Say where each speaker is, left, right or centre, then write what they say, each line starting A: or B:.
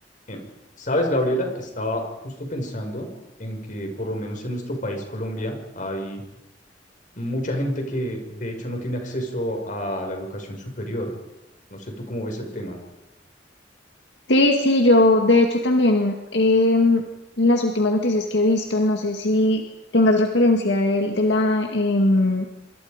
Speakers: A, on the left (about 45°); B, on the left (about 70°).
A: Em, ¿Sabes, Gabriela? Estaba justo pensando en que por lo menos en nuestro país, Colombia, hay mucha gente que de hecho no tiene acceso a la educación superior. No sé tú cómo ves el tema.
B: Sí, sí, yo de hecho también em, las últimas noticias que he visto, no sé si tengas referencia del- de, la em,